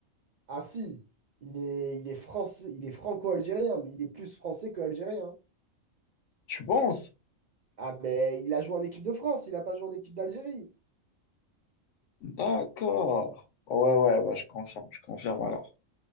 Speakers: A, on the right; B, on the left.
A: Ah si, il est, il est français, il est franco-algérien, mais il est plus français que algérien. hein.
B: Tu penses?
A: Ah ben, il a joué en équipe de France, il a pas joué en équipe d'Algérie.
B: D'accord. Ouais, ouais, bah, je confirme, je confirme alors.